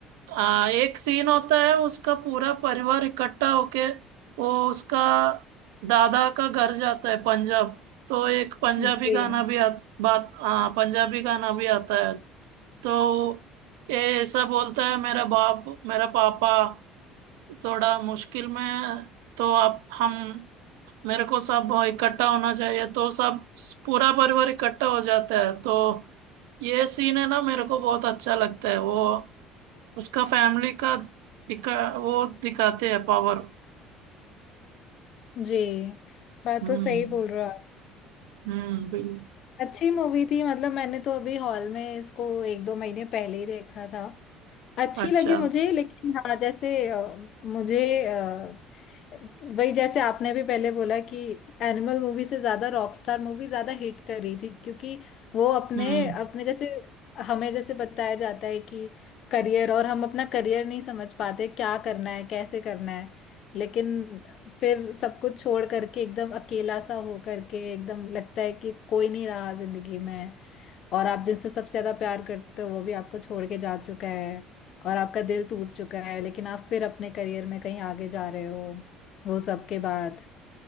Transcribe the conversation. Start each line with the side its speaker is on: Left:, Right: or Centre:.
Right: आ, एक सीन होता है उसका पूरा परिवार इकट्ठा होके वो उसका दादा का घर जाता है पंजाब तो एक पंजाबी
Left: जी
Right: गाना भी आ, बात आ, पंजाबी गाना भी आता है तो ये ऐसा बोलता है मेरा बाप मेरा पापा थोड़ा मुश्किल में है, तो आप हम मेरे को सब इकट्ठा होना चाहिए तो सब पूरा परिवार इकट्ठा हो जाता है तो ये सीन है ना मेरे को बहुत अच्छा लगता है वो उसका फैमिली का दिखा, वो दिखाते हैं पावर
Left: जी बात
Right: हम्म
Left: तो सही बोल रहे हो आप
Right: हम्म बिल
Left: अच्छी मूवी थी मतलब मैंने तो अभी हॉल में इसको एक दो महीने पहले ही देखा था अच्छी
Right: अच्छा
Left: लगी मुझे लेकिन हाँ जैसे अ, मुझे अ, वही जैसे आपने भी पहले बोला कि एनिमल मूवी से ज्यादा रॉकस्टार मूवी ज्यादा हिट कर रही थी क्योंकि वो अपने
Right: हम्म
Left: अपने जैसे हमें जैसे बताया जाता है कि करियर और हम अपना करियर नहीं समझ पाते क्या करना है कैसे करना है लेकिन फिर सब कुछ छोड़ करके एकदम अकेला सा हो करके एकदम लगता है कि कोई नहीं रहा जिंदगी में और आप जिनसे सबसे ज्यादा प्यार करते हो वो भी आपको छोड़ के जा चुका है और आपका दिल टूट चुका है लेकिन आप फिर अपने करियर में कहीं आगे जा रहे हो वो सब के बाद